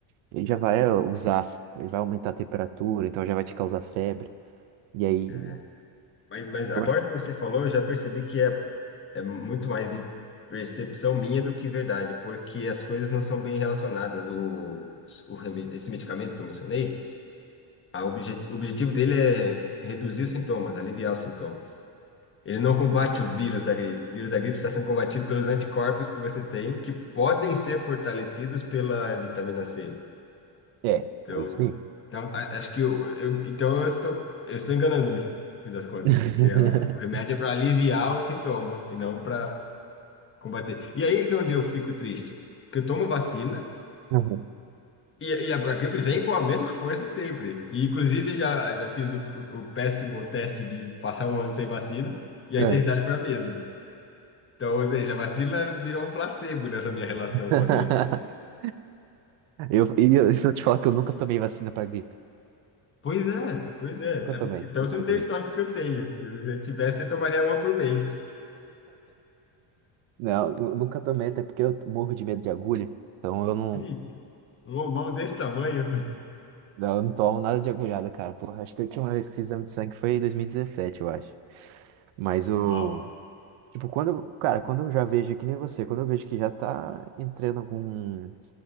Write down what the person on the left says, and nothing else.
é. Mas, mas agora
que você falou, eu já percebi que é é muito mais em percepção minha do que verdade, porque as coisas não são bem relacionadas. O, o, reme- esse medicamento que eu mencionei, a obje- o objetivo dele é reduzir os sintomas, aliviar os sintomas. Ele não combate o vírus da gripe. O vírus da gripe está sendo combatido pelos anticorpos que você tem, que podem ser fortalecidos pela vitamina C.
Então,
então, a- acho que eu, eu- então eu estou, eu estou enganando-me, no fim das contas,
porque a- o remédio é para aliviar o sintoma e não para combater. E aí que é onde eu fico triste, porque eu tomo vacina
e, e a gripe vem com a mesma força de sempre. E inclusive já, já fiz o, o péssimo teste de passar um ano sem vacina e a
intensidade foi a mesma. Então, ou seja, a vacina virou um placebo nessa minha relação
com a gripe.
Pois é, pois é.
É porque- Então
você não tem
o histórico que eu tenho. Se você tivesse, você tomaria uma por mês.
Eita, um homão desse tamanho.
Uau.